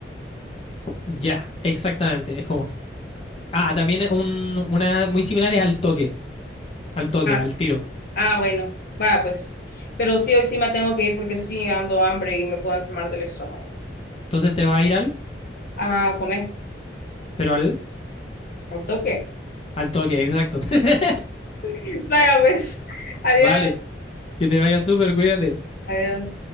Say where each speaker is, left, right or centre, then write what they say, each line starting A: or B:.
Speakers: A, on the left; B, on the left.
A: Ya, exactamente, es como... Ah, también es un- una muy similar es al toque, al toque,
B: Ah,
A: al tiro.
B: ah, bueno. Va, pues. Pero sí, hoy sí me tengo que ir porque sí ando hambre y me puedo enfermar del estómago.
A: Entonces te va a ir al...
B: A comer,
A: Pero al,
B: al toque.
A: al toque, exacto. <laughs>
B: <laughs> Vaya, pues. Adiós.
A: Vale, que te vaya súper, cuídate.
B: Adiós.